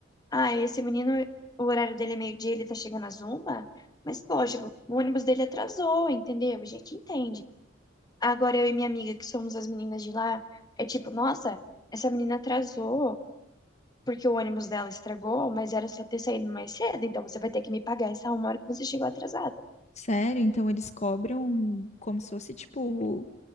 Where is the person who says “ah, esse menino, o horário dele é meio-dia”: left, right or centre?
Left